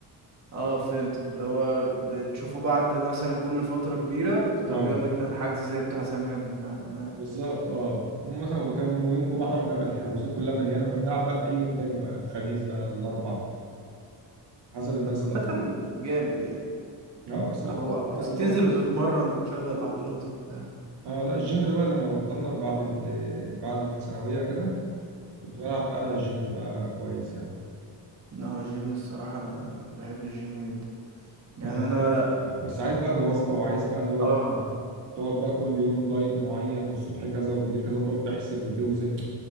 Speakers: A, on the right; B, on the right.
A: اه فهمتك اللي هو بتشوفه بعد مثلا كل فترة كبيرة طب
B: اه
A: يلا يا جدعان حجز زي بتاع زمان فاهم آه.
B: بالظبط اه يوم مثلا كان يوم الجمعه طبعا بيبقى الحجوزات كلها مليانه كنا بنلعب بقى في اي يوم تاني بقى الخميس بقى الاربع حسب الناس
A: طب
B: بقى
A: عامة جامد يعني
B: اه بس بطلت
A: هو كنت
B: بقى اللي
A: بتنزل
B: هو
A: وتتمرن وتشغل عضلات وبتاع
B: اه لا الجيم ده بقى لما بطلنا بعد ال... بعد الثانويه كده كنت بلعب بقى جيم بقى كويس يعني
A: لا، هو الجيم الصراحة أنا بحب الجيم جدا يعني
B: أهو.
A: أنا
B: بس عايز بقى مواظبه وعايز بقى اللي هو
A: اه
B: تقعد بقى كل يوم دايت معين والصبح كذا وبالليل كذا وتقعد تحسب وتوزن